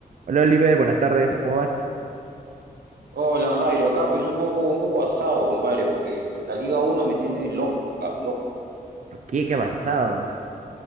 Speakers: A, on the right; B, on the right.
A: Hola Oliver, buenas tardes, ¿cómo vas?
B: Hola Jairo, acá pues un poco, un poco asado, compadre, porque la Liga uno me tiene loco acá, loco.
A: ¿Por qué? ¿Qué ha pasado?